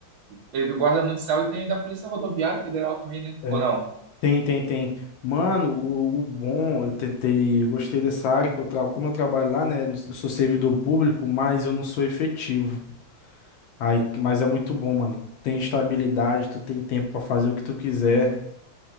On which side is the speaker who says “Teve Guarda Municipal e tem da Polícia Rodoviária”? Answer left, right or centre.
Right